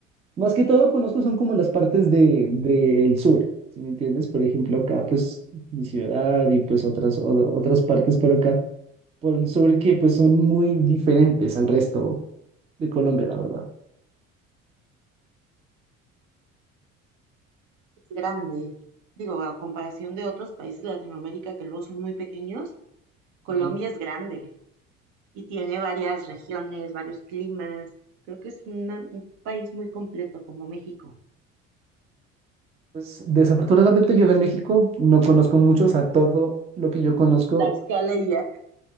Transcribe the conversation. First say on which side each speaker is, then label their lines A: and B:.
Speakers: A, on the right; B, on the right.
A: Más que todo conozco son como las partes de, del sur, si me entiendes? Por ejemplo, acá pues mi ciudad y pues otras, o- otras partes por acá, por el sur que pues son muy diferentes al resto de Colombia, la verdad.
B: Es grande. Digo, a comparación de otros países de Latinoamérica que luego son muy pequeños, Colombia
A: Ujú.
B: es grande y tiene varias regiones, varios climas. Creo que es una- un país muy completo como México.
A: Pues desafortunadamente yo de México no conozco mucho, o sea, todo lo que yo conozco,
B: Tlaxcala y ya.